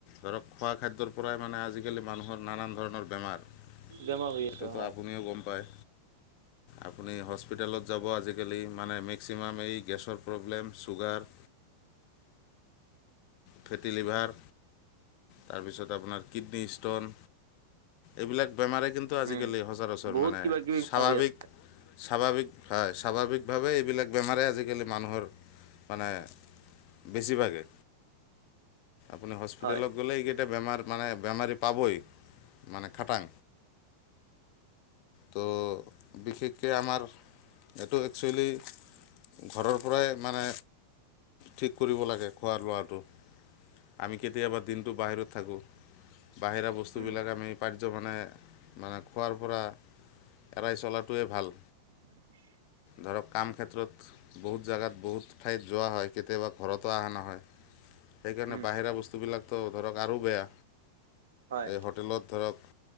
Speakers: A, on the left; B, on the right.
A: ধৰক খোৱা খাদ্যৰ পৰাই মানে আজি মানুহৰ নানান ধৰণৰ বেমাৰ
B: বেমাৰ হৈ
A: সেইটোতো
B: আছে হয়।
A: আপুনিও গম পায়
B: <inaudible>
A: আপুনি হস্পিতেলত যাব আজিকালি মানে মেক্সিমাম এই গেছৰ প্ৰব্লেম চুগাৰ।
B: <inaudible>
A: ফেটি লিভাৰ। তাৰপিছত আপোনাৰ কিডনী ষ্ট'ন এইবিলাক বেমাৰে কিন্তু আজিকালি
B: উম
A: সচৰাচৰ
B: বহুত
A: মানে
B: কিবা কিবি
A: স্বাভাৱিক
B: বেমাৰ হৈ আছে
A: স্বাভাৱিক হয়, স্বাভাৱিকভাৱে এইবিলাক বেমাৰে আজিকালি মানুহৰ মানে বেছিভাগে মানে হস্পিতেলত
B: হয়
A: গ'লেই সেই বেমাৰ মানে বেমাৰী পাবই মানে খাটাং। ত' বিশেষকে আমাৰ এইটো একচুৱেলি ঘৰৰ পৰাই মানে ঠিক কৰিব লাগে খোৱা লোৱাটো। আমি কেতিয়াবা দিনটো বাহিৰত থাকোঁ বাহিৰা বস্তুবিলাক
B: উম
A: আমি মানে- মানে খোৱাৰ পৰা এৰাই চলাটোৱেই ভাল।
B: <inaudible>
A: ধৰক কাম ক্ষেত্ৰত বহুত জেগাত বহুত ঠাইত যোৱা হয় কেতিয়াবা ঘৰতো অহা নহয়। সেইকাৰণে
B: উম
A: বাহিৰা বস্তুবিলাকতো ধৰক আৰু বেয়া
B: হয়
A: এই হোটেলত ধৰক